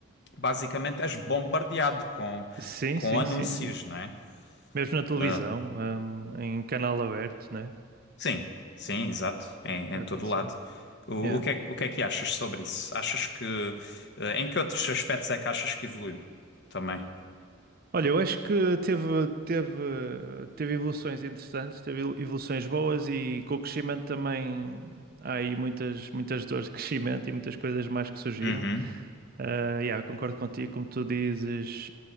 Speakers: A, on the left; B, on the right.
A: basicamente és bombardeado com,
B: Sim,
A: com
B: sim,
A: anúncios,
B: sim, sim.
A: não é?
B: Mesmo na televisão,
A: Ah,
B: hum, em canal aberto, né?
A: sim, sim, exato. Em, em
B: Já
A: todo
B: aconteceu.
A: lado. O,
B: Yeah.
A: o que é, o que é que achas sobre isso? Achas que, ah, em que outros aspectos é que achas que evoluiu também?
B: Olha, eu acho que teve, teve, teve evoluções interessantes, teve evolu- evoluções boas e com o crescimento também há aí muitas, muitas dores de crescimento e muitas coisas mais que surgiram.
A: Uhum,
B: Ah, yeah, concordo contigo, como tu dizes,